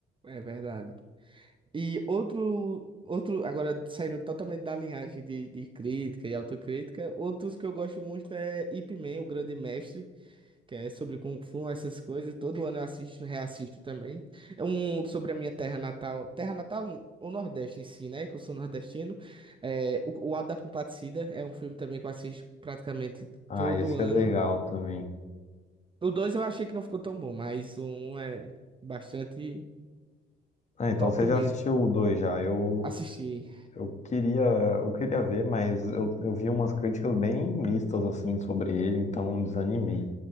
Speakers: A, on the right; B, on the left.
A: é verdade. E outro, outro, agora saindo totalmente da linhagem de, de crítica e autocrítica, outros que eu gosto muito é Ip Man, o Grande Mestre. que é sobre Kung Fu, essas coisas. Todo ano eu assisto, reassisto também. É um sobre a minha terra natal. Terra natal, o Nordeste em si, né? Que eu sou nordestino. É, o, o Auto da Compadecida é um filme também que eu assisto praticamente
B: Ah,
A: todo
B: esse
A: ano.
B: é legal também.
A: O dois eu achei que não ficou tão bom, mas o um é bastante
B: Ah, então
A: top
B: você
A: mesmo.
B: já assistiu o 2 já. Eu
A: Assisti.
B: Eu queria, eu queria ver, mas eu, eu vi umas críticas bem mistas assim sobre ele, então desanimei.